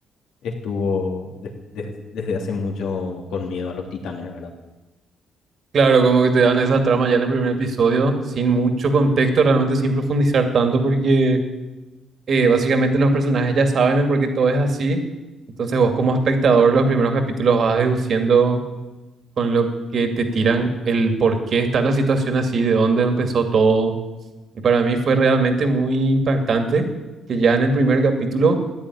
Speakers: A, on the left; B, on the right.
A: estuvo des- des- desde hace mucho con miedo a los titanes, ¿verdad?
B: Claro, como que te dan esa trama ya en el primer episodio, sin mucho contexto, realmente sin profundizar tanto, porque eh, básicamente los personajes ya saben el por qué todo es así. Entonces vos como espectador los primeros capítulos vas deduciendo con lo que te tiran el por qué está la situación así, de dónde empezó todo. Y para mí fue realmente muy impactante que ya en el primer capítulo